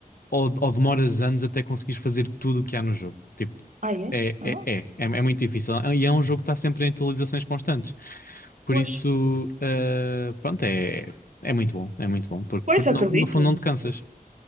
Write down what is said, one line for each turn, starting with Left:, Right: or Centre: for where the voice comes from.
Left: ou, ou demoras anos até conseguires fazer tudo o que há no jogo. Tipo,
Right: Ah, é?
Left: é,
Right: Ah,
Left: é, é, é, é muito difícil. E é um jogo que está sempre em atualizações constantes. Por
Right: pois.
Left: isso, uh, pronto, é, é muito bom. É muito bom. Porque,
Right: Pois,
Left: porque
Right: acredito.
Left: não- no fundo não te cansas.